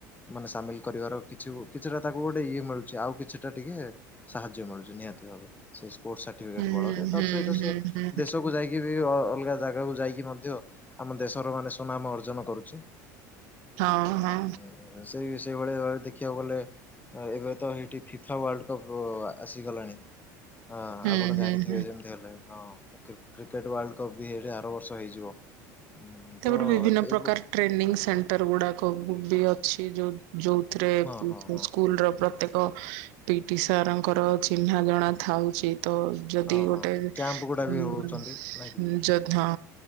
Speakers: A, on the left (about 15°); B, on the right (about 70°).
A: ମାନେ ସାମିଲ୍ କରିବାର କିଛି ଗୁ କିଛିଟା ତାକୁ ଗୋଟେ ଇଏ ମିଳୁଚି ଆଉ କିଛିଟା ଟିକେ ସାହାଯ୍ୟ ମିଳୁଛି ନିହାତି ଭାବେ ସେ ସ୍ପୋର୍ଟ ସାର୍ଟିଫିକେଟ୍
B: ହୁଁ
A: ବଳରେ
B: ହୁଁ
A: ତତ୍ ସହିତ
B: ହୁଁ
A: ସେ
B: ହୁଁ
A: ଦେଶ କୁୁ ଯାଇକି ବି ଅ ଅଲଗା ଜାଗାକୁ ଯାଇକି ମଧ୍ୟ ଆମ ଦେଶର ମାନେ ସୁନାମ ଅର୍ଜନ କରୁଛି।
B: ହଁ ହଁ।
A: ଆଁ ସେଇ ସେଇ ଭଳିଆ ଦେଖିବାକୁ ଗଲେ ଅ ଏବେ ତ ହେଇଠି ଫିଫା ୱାର୍ଲଡ୍ କପ୍ ଆସିଗଲାଣି। ହଁ
B: ହୁଁ
A: ଆପଣ ଜାଣିଥିବେ
B: ହୁଁ ହୁଁ
A: ଯେମିତି ହେଲେ ହଁ କ୍ରିକ୍ କ୍ରିକେଟ୍ ୱାର୍ଲଡ୍ କପ୍ ବି ହେଇଠି ଆର ବର୍ଷ ହେଇଯିବ। ହୁଁ
B: ତାପରେ
A: ତ
B: ବିଭିନ୍ନ
A: ଏଗୁ
B: ପ୍ରକାର ଟ୍ରେ ନିଙ୍ଗ ସେଣ୍ଟର ଗୁଡ଼ାକ ବି ଅଛି ଯୋଉ ଯୋଉଥିରେ
A: ହଁ ହଁ ହଁ
B: ସ୍କୁଲର ପ୍ରତ୍ୟେକ୍ କ ପିଇଟି ସାରଙ୍କର ଚିହ୍ନା ଜଣା ଥାଉଛି ତ ଯଦି
A: ହଁ
B: ଗୋଟେ
A: ହଁ
B: ହୁଁ
A: କ୍ୟାମ୍ପ ଗୁଡା ବି ହଉଛନ୍ତି
B: ହୁଁ
A: ନାଇଁ କି?
B: ଯଦ୍ ହଁ